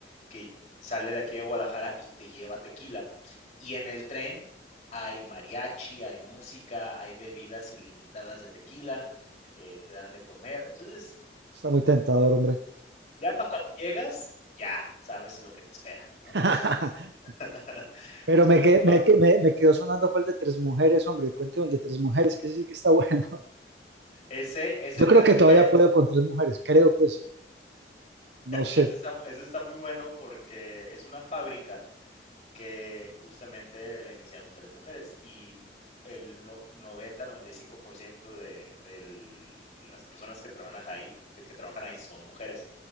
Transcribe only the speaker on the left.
que sale de aquí de Guadalajara y te lleva a Tequila. Y en el tren hay mariachi, hay música, hay bebidas ilimitadas de tequila, eh, te dan de comer. Entonces,
ya pa' cuando llegas, ya sabes lo que te espera, ¿no?
<laughs>
Después
tomas
ese, ese
Tres
Mujeres.
Eso está eso está muy bueno porque es una fábrica que justamente la iniciaron tres mujeres y el no, noventa, no 90, 95% de del de las personas que trabajan ahí de que trabajan ahí son mujeres.